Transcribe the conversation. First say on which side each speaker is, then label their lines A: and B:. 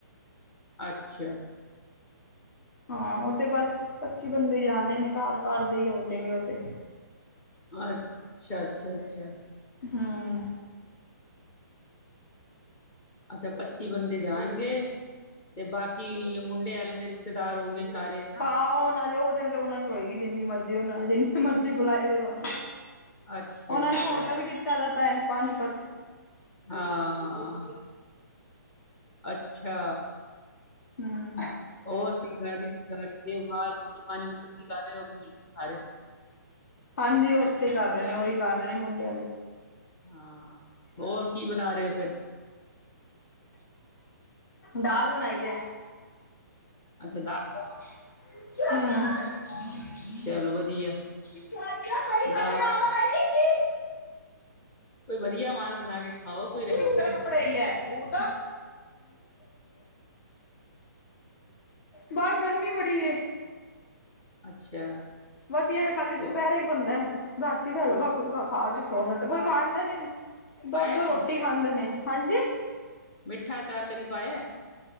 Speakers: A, on the left; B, on the left.
A: ਅੱਛਾ।
B: ਹਾਂ ਉਹ ਤੇ ਬਸ ਪੱਚੀ ਬੰਦੇ ਜਾਣੇ ਨੇ ਘਰ ਘਰ ਦੇ ਹੀ ਹੋ ਜੇੰਗੇ ਉਹ ਤੇ।
A: ਅੱਛਾ ਅੱਛਾ ਅੱ ਛਾ।
B: ਹਾਂ।
A: ਅੱਛਾ ਪੱਚੀ ਬੰਦੇ ਜਾਣਗੇ ਤੇ ਬਾਕੀ ਮੁੰਡੇ ਮੁੰਡੇ ਵਾਲਿਆਂ ਦੇ ਰਿਸ਼ਤੇਦਾਰ ਹੋਨਗੇ ਸਾਰੇ ਹੈਨਾ?
B: ਆਓ ਨਾ ਉਹ ਤਾਂ। ਰੋਨਕ ਹੋਏਗੀ ਜਿੰਨੀ ਮਰਜ਼ੀ ਉਹ ਜਿੰਨੇ ਮਰਜ਼ੀ ਬੁਲਾਏ ਦੇ ਹੋਨ
A: ਅੱਛਾ
B: ਉਹਨਾਂ
A: ਅੱਛਾ
B: ਨੇ ਹੋਟਲ ਕੀਤਾ ਦਾ ਪੈ ਪਾਣੀਪਤ।
A: ਹਾਂ। ਅੱਛਾ।
B: ਹਮ
A: ਹੋਰ ਠੀਕ ਠਾਕ ਜੀ <unintelligible> ਪਾਣੀ <inaudible> ਕਰ ਰਹੇ <inaudible>
B: ਹਾਂਜੀ ਉਹ ਉੱਥੇ ਹੀ ਕਰ ਰਹੇ ਨੇ ਉਹੀ ਕਰ ਰਹੇ ਨੇ ਮੁੰਡਿਆਂ ਦੇ।
A: ਹਾਂ ਹੋਰ ਕੀ ਬਣਾ ਰਹੇ ਹੋ ਫੇਰ?
B: ਦਾਲ ਬਣਾਈ ਐ।
A: ਅੱਛਾ ਦਾਲ ਕੋ।
B: <inaudible> ਹੂੰ
A: ਚਲੋ ਵਧੀਆ
B: <unintelligible>
A: ਦਾਲ ਕੋਈ ਵਧੀਆ ਮਾਲ ਬਣਾ ਕੇ ਖਾਓ ਕੋਈ ਰੈਸਿਪਈ।
B: ਕਿੱਧਰ ਕਪੜਾਈ ਹੈ ਉਹ ਤਾਂ ਬਸ ਗਰਮੀ ਬੜੀ ਏ
A: ਅੱਛਾ
B: ਵਧੀਆ ਤੇ ਖਾਨਾ
A: ਹੋਰ
B: ਦੂਪਹਿਰਾ ਈ ਬਣਦਾ। ਰਾਤੀ ਤੇ ਹਲਕਾ ਫੁਲਕਾ ਖਾ ਕੇ ਸੋ ਜਾਂਦਾ ਕੋਈ ਖਾਂਦਾ ਨੀ
A: ਪਾਇਆ
B: ਦੋੱ ਦੋ ਰੋਟੀ
A: ਕਦੀ
B: ਖਾਂਦੇ ਨੇ। ਹਾਂਜੀ
A: ਮਿੱਠਾ ਅਚਾਰ ਕਦੀ ਪਾਇਆ?